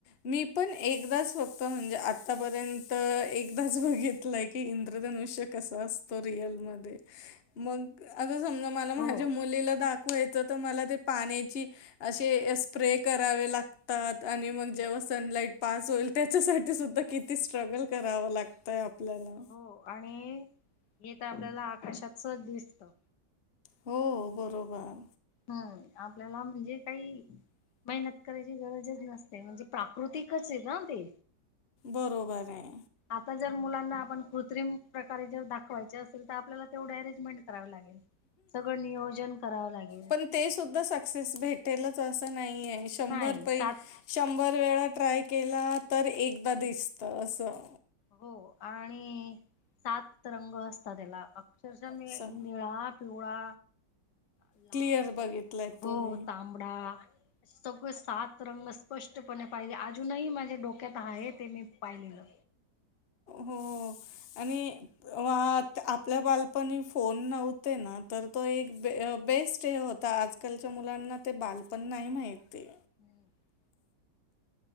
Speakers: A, on the left; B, on the left.
A: मी पण एकदाच फक्त म्हणजे आतापर्यंत एकदाच बघितलंय कि इंद्रधनुष्य. कसं असतं रियल मध्ये मग आता समजा मला माझ्या
B: हो.
A: मुलीला दाखवाय. <unintelligible> मला पाण्याचे आशे स्प्रे करावे लागतात. आणि मग जेव्हा सनलाइट पास होईल. त्याच्यासाठी सुद्धा किती स्ट्रगल करावं लागतय आपल्याला
B: हो आणि इथं आपल्याला आकाशात सहज दिसतं.
A: हो! बरोबर
B: हम्म आपल्याला म्हणजे काही मेहनत करायची गरजच नसते म्हणजे प्राकृतिकचय ना ते.
A: बरोबर आहे.
B: आता जर मुलांना आपण कृत्रिम प्रकारे जर दाखवायचे असेल. तर आपल्याला तेवढं अरेंजमेंट करावी लागेल. सगळं नियोजन करावं लागेल.
A: पण ते सुद्धा सक्सेस भेटेलच असं नाहीय शंभर
B: नाही
A: पै
B: सात
A: शंभर वेळा ट्राय केला तर एकदा दिसतं असं
B: हो आणि सातरंग असतात त्याला अक्षरशः निळा
A: असं
B: पिवळा, लाल
A: क्लिअर बघितलंय
B: हो
A: तुम्ही
B: तांबडा. सगळं सात रंग स्पष्टपणे पाहिले. अजूनही माझ्या डोक्यात आहे. ते मी पाहिलेलं.
A: हो. आणि हा आपल्या बालपणी फोन नव्हते ना तर तो एक बेस्ट हे होता. आजकालच्या मुलांना ते बालपण नाही माहिती.
B: हम्म <unintelligible>